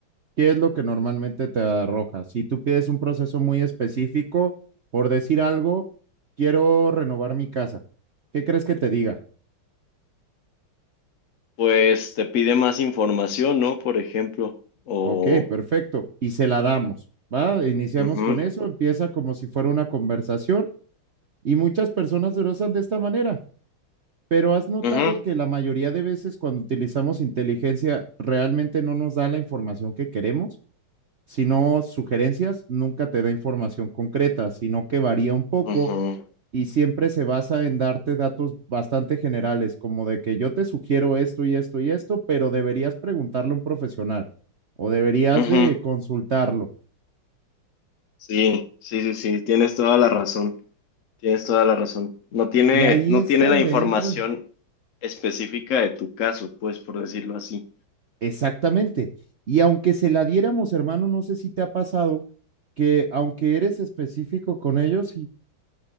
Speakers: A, on the right; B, on the left.
A: ¿Qué es lo que normalmente te arroja? Si tú pides un proceso muy específico, por decir algo, quiero renovar mi casa. ¿Qué crees que te diga?
B: pues te pide más información, ¿no? Por ejemplo, o...
A: Ok, perfecto. Y se la damos, ¿va? Iniciamos
B: Ujú,
A: con eso, empieza como si fuera una conversación y muchas personas se lo usan de esta manera. Pero has notado
B: ujú,
A: que la mayoría de veces cuando utilizamos inteligencia realmente no nos da la información que queremos, sino sugerencias, nunca te da información concreta, sino que varía un poco
B: ujú,
A: y siempre se basa en darte datos bastante generales, como de que yo te sugiero esto y esto y esto, pero deberías preguntarle a un profesional o deberías
B: ujú.
A: de consultarlo.
B: Sí, sí, sí, sí, tienes toda la razón, tienes toda la razón. No tiene,
A: Y ahí
B: no
A: es
B: tiene
A: donde
B: la información
A: entra
B: específica de tu caso, pues, por decirlo así.
A: Exactamente. Y aunque se la diéramos, hermano, no sé si te ha pasado que aunque eres específico con ellos y,